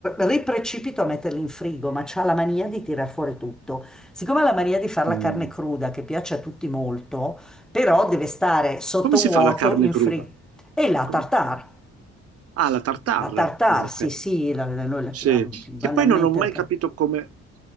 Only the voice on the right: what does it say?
Mm.
Come si fa la carne
cruda?
Com-
Ah, la tartare.
Ah, ok.
Sì.
Che poi non ho mai
capito come,